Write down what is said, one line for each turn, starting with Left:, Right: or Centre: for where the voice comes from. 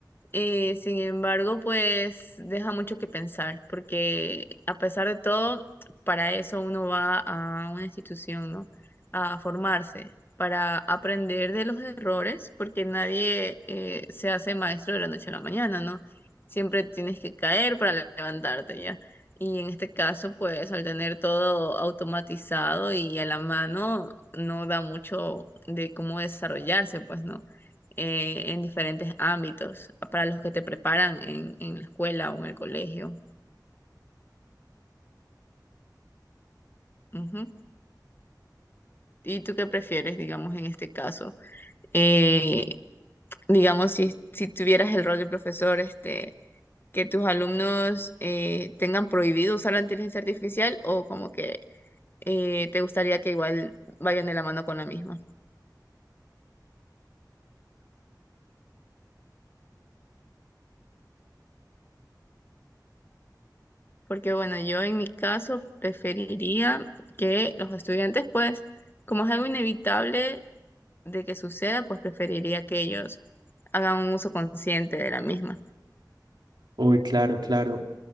Left: Eh, sin embargo, pues deja mucho que pensar, porque a pesar de todo, para eso uno va a una institución, ¿no? A formarse, para aprender de los errores, porque nadie eh, se hace maestro de la noche a la mañana, ¿no? Siempre tienes que caer para le- levantarte, ¿ya? Y en este caso, pues al tener todo automatizado y a la mano, no da mucho de cómo desarrollarse, pues, ¿no? eh, en diferentes ámbitos, para los que te preparan en, en la escuela o en el colegio. Ujú. ¿Y tú qué prefieres, digamos, en este caso? Eh, digamos, si, si tuvieras el rol de profesor, este, que tus alumnos eh, tengan prohibido usar la inteligencia artificial o como que eh, te gustaría que igual vayan de la mano con la misma. Porque bueno, yo en mi caso preferiría que los estudiantes, pues, como es algo inevitable, de que suceda, pues preferiría que ellos hagan un uso consciente de la misma.
Right: Uy, claro, claro.